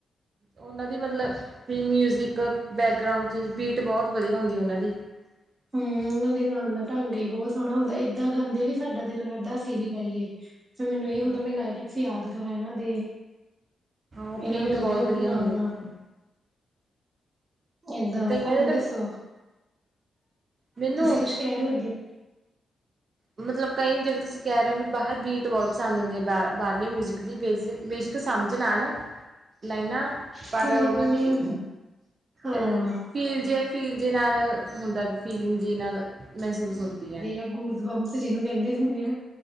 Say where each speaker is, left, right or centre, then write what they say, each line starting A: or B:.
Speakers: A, on the right (about 50°); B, on the right (about 30°).
A: ਉਹਨਾਂ ਦੀ ਮਤਲਬ ਵੀ ਮਿਊਜ਼ਿਕ ਬੈਕਗਰਾਊਂਡ 'ਚ ਬੀਟ ਬਹੁਤ ਵਧੀਆ ਹੁੰਦੀ ਉਹਨਾਂ ਦੀ <inaudible>
B: ਹੂੰ ਉਹਨਾਂ ਦੇ ਗਾਉਣ ਦਾ ਢੰਗ ਹੀ ਬਹੁਤ ਸੋਹਣਾ ਹੁੰਦਾ ਏਦਾਂ ਗਾਂਦੇ ਵੀ ਸਾਡਾ ਦਿਲ ਕਰਦਾ ਅਸੀਂ ਵੀ ਗਾਈਏ। ਫਿਰ ਮੈਨੂੰ ਇਹ ਹੁੰਦਾ
A: ਹਾਂ
B: ਮੈਂ ਲਾਇਰਿਕਸ ਯਾਦ ਕਰਾਂ ਇਹਨਾਂ ਦੇ
A: ਉਹ
B: ਇਹਨਾਂ
A: ਬੀਟ
B: ਨੂੰ
A: ਬਹੁਤ
B: ਉਹਦੇ ਵਾਂਗੂ
A: ਵਧੀਆ
B: ਗਾਵਾਂ
A: ਹੁੰਦੀ ਉਹਨਾਂ ਦੇ
B: ਏਦਾਂ
A: ਕਈਆਂ
B: ਤੁਹਾਨੂੰ
A: ਦੇ
B: ਦੱਸੋ
A: ਨਾ ਮੈਨੂੰ
B: ਤੁਸੀਂ ਕੁਛ ਕਹਿਣ ਲੱਗੇ
A: ਮਤਲਬ ਕਈ ਜਿਹੜੇ ਤੁਸੀਂ ਕਹਿ ਰਹੇ ਹੋ ਵੀ ਬਾਹਰ ਬੀਟਵੋਲਸ ਆਉਦ ਹੁੰਦੇ ਆ ਬਾਹ ਬਾਹਰਲੇ ਮਿਊਜ਼ਿਕ ਦੀ ਬੇਸਿਕ ਬੇਸ਼ੱਕ ਸਮਝ ਨਾ-ਨਾ ਲਾਈਨਾਂ ਪਰ
B: ਹੂੰ
A: ਉਹਨਾਂ ਦੀ
B: ਹਾਂ
A: ਐ ਫੀਲ ਜੇ ਫੀਲ ਜੇ ਨਾਲ ਹੁੰਦਾ ਵੀ ਫੀਲਿੰਗ ਜੇ ਨਾਲ ਮਹਿਸੂਸ ਹੁੰਦੀ ਹੈ ਨਾ
B: <inaudible> ਜਿਨੂੰ ਕਹਿੰਦੇ ਹੁੰਦੇ ਆ।